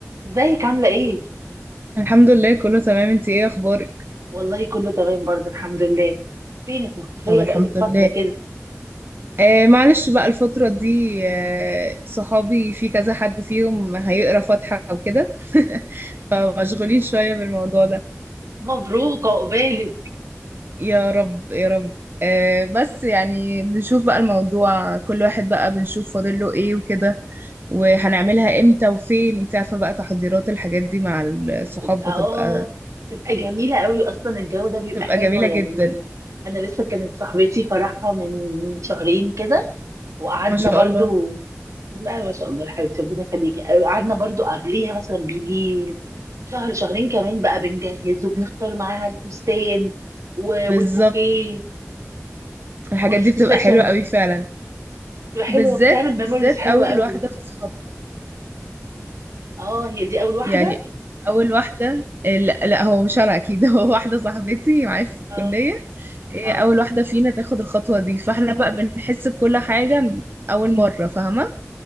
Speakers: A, on the right; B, on the right.
A: ازيك عاملة ايه؟
B: الحمد لله كله تمام انتي ايه اخبارك
A: والله كله تمام برضه الحمد لله فينك مختفية
B: طب الحمد
A: بقالك فترة
B: لله
A: كده
B: آه معلش بقى الفترة دي آه صحابي في كذا حد فيهم هيقرا فاتحة وكده <laughs> فمشغولين شوية بالموضوع ده
A: مبروك عقبالك
B: يا رب يا رب آه بس يعني بنشوف بقى الموضوع كل واحد بقى بنشوف فاضل له ايه وكده وهنعملها امتى وفين انت عارفة بقى تحضيرات الحاجات دي مع
A: بتبقى
B: الصحاب بتبقى
A: اه بتبقى جميلة قوي اصلا الجو ده بيبقى
B: بتبقى
A: حلو
B: جميلة
A: يعني
B: جدا
A: انا لسه كانت صاحبتي فرحها من شهرين كده وقعدنا
B: ما شاء
A: برضه
B: الله
A: لا ما شاء الله يا حبيبتي ربنا يخليكي قعدنا برضه قبليها مثلا بيجي شهر شهرين كمان بقى بنجهز وبنختار معاها الفستان و-
B: بالظبط
A: والبوكيه
B: الحاجات
A: والفوتو
B: دي بتبقى
A: سيشن
B: حلوة قوي فعلا
A: بتبقى حلوه
B: بالذات
A: بتعمل ميموريز
B: بالذات
A: حلوه
B: اول
A: قوي
B: واحده في صحابكم
A: اه هي دي اول واحده
B: يعني اول واحده لا لا هو مش انا اكيد <laughs> هو واحده صاحبتي معايا في الكليه
A: اه
B: هي
A: اه
B: اول واحده فينا تاخد الخطوه دي فاحنا بقى بنحس بكل حاجه م- اول مره فاهمه